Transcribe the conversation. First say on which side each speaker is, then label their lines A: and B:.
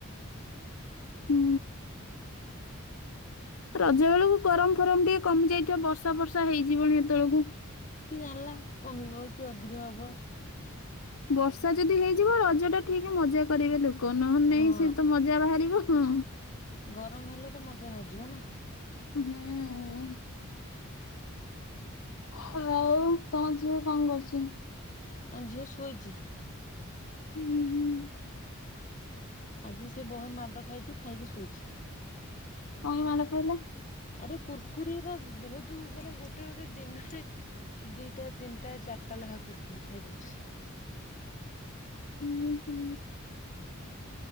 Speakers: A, on the left; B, on the left.
A: ହ
B: ହୁଁ ରଜ ବେଳକୁ ଗରମ ଫରମ ଟିକେ କମି ଯାଇଥିବ ବର୍ଷା ବର୍ଷା ହେଇଯିବନି ଏତେବେଳକୁ
A: କି ଜାଣିଲା କମିବ କି ଅଧିକ ହବ
B: ବର୍ଷା ଯଦି ହେଇଯିବ ରଜ ଟା ଠିକ ମଜା କରିବେ ଲୋକ ନହ ନେଇାଇ
A: ହଁ
B: ସେ ତ ମଜା ବାହାରିବ। ହଁ
A: ଗରମ ହେଲେ ତ ମଜା ବାହାରିଯିବ ନା।
B: ହୁଁ ହଉ ତମ ଯିବ କଣ କରୁଛି?
A: ଆଁ ଝିଅ ଶୋଇଛି।
B: ହୁଁ ହୁଁ।
A: ଆଜି ସେ ବହେ ମାଡ ଖାଇଛି ଖାଇକି ଶୋଇଛି।
B: କାଇଁ ମାଡ଼ ଖାଇଲା?
A: ଆରେ କୁୁରକୁରିରା ବହୁତ ମାନେ ଗୋଟେ ଗୋଟେ ଦିନରେ ଦିଟା ତିନିଟା ଚାରିଟା ଲେଖା କୁୁରକୁରି ଖାଇ ଦଉଛି।
B: ହୁଁ ହ ହୁଁ।